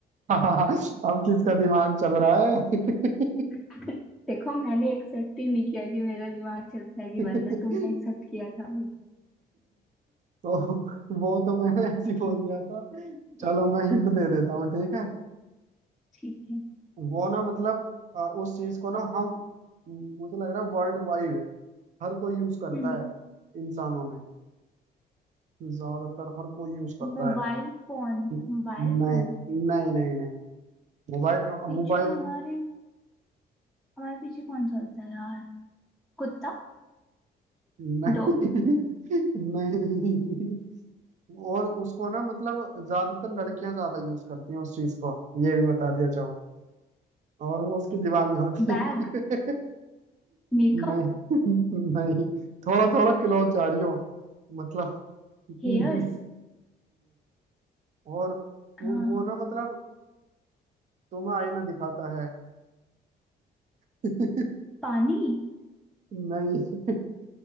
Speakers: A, on the right (about 45°); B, in the centre.
A: अब किसका दिमाग चल रहा है
B: <laughs> देखो मैंने एक्सेप्ट ही नहीं किया कि मेरा दिमाग चलता है कि
A: <laughs>
B: बंद है तुमने एक्सेप्ट किया था
A: तो वो तो मैंने ऐसे ही बोल दिया था
B: <laughs>
A: चलो मैं हिंट दे देता हूँ ठीक है
B: ठीक है
A: वो ना मतलब अ, उस चीज को ना हम मुझे लग रहा है वर्ल्ड वाइड हर कोई यूज करता
B: हम्म
A: है इंसानों में ज्यादातर हर कोई यूज करता
B: Mobile
A: है
B: phone
A: नहीं
B: Mobile phone
A: नहीं नहीं नहीं मोबाइल
B: पीछे
A: मोबाइल
B: हमारे हमारे पीछे कौन चलता है यार कुत्ता
A: नहीं
B: डॉग
A: <laughs> नहीं नहीं और उसको ना मतलब ज्यादातर लड़कियां ज्यादा यूज करती हैं उस चीज को ये भी बता दिया चाहूँ और वो उसकी दीवानी होती है
B: बैग
A: <laughs>
B: मेकअप
A: नहीं नहीं थोड़ा थोड़ा क्लोज जा रही हो मतलब <laughs> नहीं
B: हेयर्स
A: और वो,
B: हाँ
A: वो ना मतलब तुम्हें आईना दिखाता है <laughs>
B: पानी
A: नहीं <laughs>